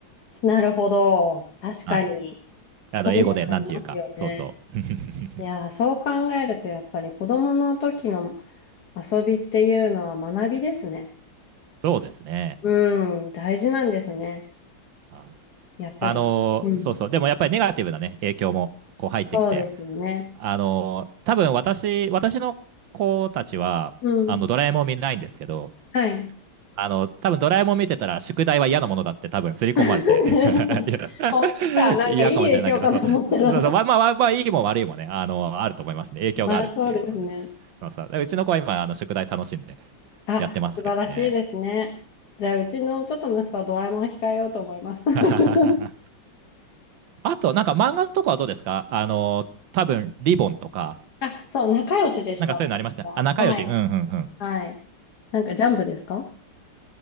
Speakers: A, on the left (about 55°); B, on the right (about 70°).
A: なるほど。確かに。
B: はい。あの、
A: そういうのありますよね。
B: 英語で、なんていうか。そうそう。<laughs>
A: いやー、そう考えると、やっぱり子供の時の遊びっていうのは学びですね。
B: そうですね。
A: うん、大事なんですね。
B: はい。
A: やっぱり。
B: あの、
A: うん。
B: そうそう。でもやっぱりネガティブなね、影響も、こう入ってきて。
A: そうですよね。
B: あの、多分私、私の子たちは、
A: うん。
B: あの、ドラえもん見ないんですけど、
A: はい。
B: あの、多分ドラえもん見てたら、宿題は嫌なものだって多分刷り込まれて
A: <laughs>
B: <laughs> いや
A: そっちか、なんかいい影響かと思ったら
B: 嫌かもしれないけど、そう、そうそう、まあまあ、まあ、いいも悪いもね、あの、あると思いますね。影響があるっていうので。
A: <laughs> まあそうですね。
B: そうそう。でうちの子は今、あの、宿題楽しんで
A: あ、
B: やってますけどね。
A: 素晴らしいですね。じゃあ、うちのちょっと息子はドラえもんを控えようと思います。<laughs>
B: <laughs> あと、なんか漫画とかはどうですかあの、多分、リボンとか、
A: あ、そう、仲良しでした。
B: なんかそういうのありましたね。
A: 私ははい。
B: あ、仲良し、うんうんうん。
A: はい。なんかジャンプですか